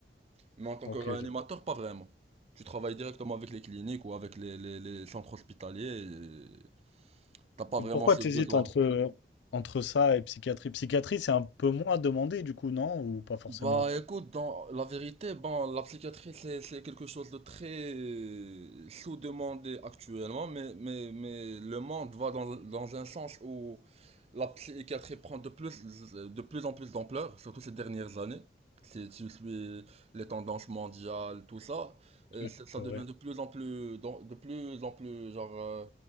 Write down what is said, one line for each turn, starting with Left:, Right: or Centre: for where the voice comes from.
Right: Mais en tant
Left: Ok.
Right: que réanimateur,
Left: je-
Right: pas vraiment. Tu travailles directement avec les cliniques ou avec les, les, les centres hospitaliers et t'as pas
Left: Et
Right: vraiment
Left: pourquoi
Right: ce
Left: t'hésites
Right: besoin.
Left: entre, entre ça et psychiatrie? Psychiatrie, c'est un peu moins demandé, du coup, non? Ou pas forcément?
Right: Bah écoute, dans la vérité, bon, la psychiatrie c'est c'est quelque chose de très euh, sous-demandé actuellement, mais mais mais le monde va dans dans un sens où la psychiatrie prend de plus de plus en plus d'ampleur, surtout ces dernières années. Si tu suis les tendances mondiales, tout ça, euh,
Left: Ouais,
Right: ça ça
Left: C'est
Right: devient
Left: vrai.
Right: de plus en plus dans- de plus en plus genre euh,